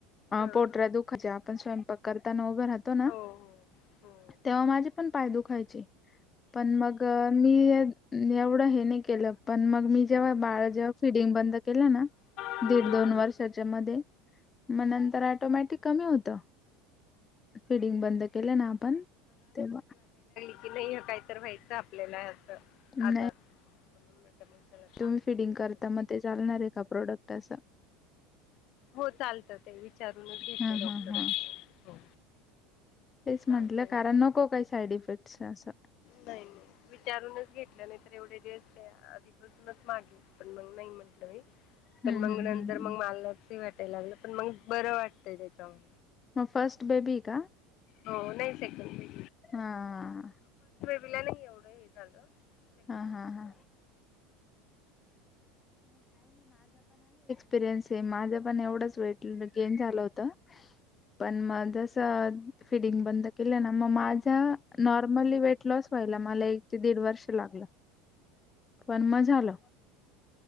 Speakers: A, on the left; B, on the left.
A: हा हा
B: पोटऱ्या दुखत्या आपण स्वयंपाक. करताना उभं राहतो ना
A: हो हो हो
B: तेव्हा माझे पण पाय दुखायचे. पण मग मी एवढं हे नाही केलं पण मग मी जेव्हा बाळ जेव्हा फिडिंग बंद केलं ना,
A: हम्म
B: दीड दोन वर्षाच्या मध्ये मग नंतर ऑटोमॅटिक कमी होत. फिडिंग बंद केले ना आपण तेव्हा,
A: कि नाही काही तर व्हायचं आपल्याला असं आजार
B: नाही
A: म्हणून म्हटलं मग त्याला चालू
B: तुम्ही फिडिंग
A: करूया
B: करता
A: थोडस
B: मग ते चालणार एका प्रॉडक्ट असं.
A: हो चालत ते विचारूनच घेतले
B: हा
A: डॉक्टरांशी
B: हा हा
A: हो.
B: तेच
A: चालतय
B: म्हंटलं
A: म्हणजे
B: कारण नको काही साईड इफेक्ट्स असं
A: नाही नाही विचारूनच घेतला त्यानी, तर, एवढे टेस्ट आधीपासूनच मागे हो पण मग नाही म्हटलं. पण
B: हम्म
A: मग
B: हम्म
A: नंतर
B: हम्म
A: मग मलालाचही वाटायला लागलं पण मग बरं वाटतय त्याच्यामुळे.
B: मग फर्स्ट बेबी का?
A: हो नाही सेकंड.
B: हां
A: तिला नाही एवढे हे झालं सेकंड
B: हा
A: बेबी
B: हा
A: च्या
B: हा
A: वेळेस.
B: पिरियन्स हे माझं पण एवढंच वेट गेन झालं होत. पण मग तस फिडिंग बंद केलं ना मग माझं नॉर्मली वेट लॉस व्हायला मला एक ते दीड वर्ष लागलं. पण मग झालं.